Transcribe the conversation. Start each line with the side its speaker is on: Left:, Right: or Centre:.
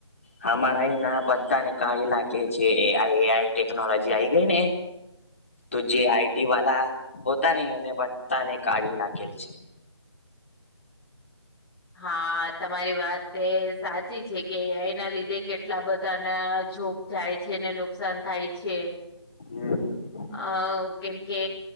Left: હમા ના બચા ને કલા કે છે આ એ આઈ ટેકનોલોજી આઈ ગઈ ને તો જે આઈટી વાળતા ને એને બતાા ને કાઢી લાગેલ છે.
Centre: હા તમારી વાત તે સાચી છે કે એના લીધે કેટલા બધા ના જોપ જાય છે ને નુકસાન થાય છે.
Left: હમ.
Centre: અ કેમકે